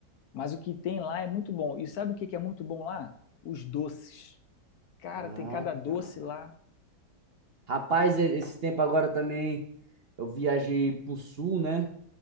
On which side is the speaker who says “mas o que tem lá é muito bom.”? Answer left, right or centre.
Left